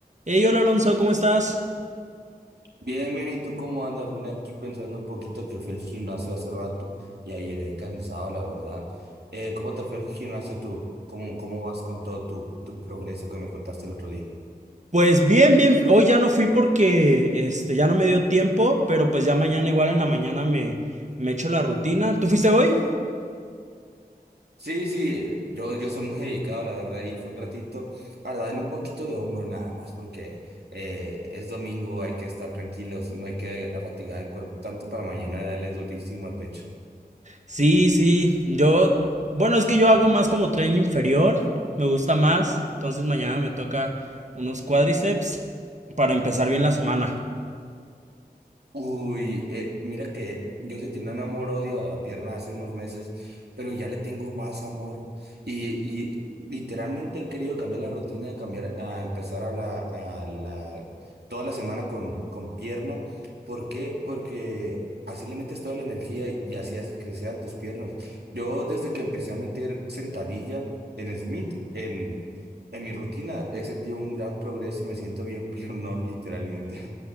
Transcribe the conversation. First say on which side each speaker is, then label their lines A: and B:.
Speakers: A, on the right; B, on the right.
A: Hey, hola Alonso, ¿cómo estás?
B: Bien, bien, ¿y tú cómo andas? Mira, aquí pensando un poquito que fui al gimnasio hace rato y ahí llegué cansado, la verdad. Eh, ¿cómo te fue el gimnasio tú? ¿Cómo, cómo vas con todo tu, tu progreso que me contaste el otro día?
A: Pues bien, bien. Hoy ya no fui porque este ya no me dio tiempo, pero pues ya mañana igual en la mañana me me echo la rutina. ¿Tú fuiste hoy?
B: Sí, sí, yo, yo soy muy dedicado, la verdad, y fue un ratito para darle un poquito de hombro nada más, porque eh, es domingo, hay que estar tranquilos, no hay que fatigar el cuerpo tanto para mañana darle durísimo al pecho.
A: Sí, sí. Yo, bueno, es que yo hago más como tren inferior, me gusta más, entonces mañana me toca unos cuádriceps para empezar bien la semana.
B: Uy, eh, mira que yo le tenía un amor-odio a, a pierna hace unos meses, pero ya le tengo más amor. Y, y literalmente he querido cambiar la rutina, de cambiar, a empezar a la, a la, toda la semana con, con pierna. ¿Por qué? Porque así le metes toda la energía y, y así haces crecer a tus piernas. Yo desde que empecé a meter sentadilla en Smith, en, en mi rutina, he sentido un gran progreso y me siento bien <laughs> piernón, literalmente.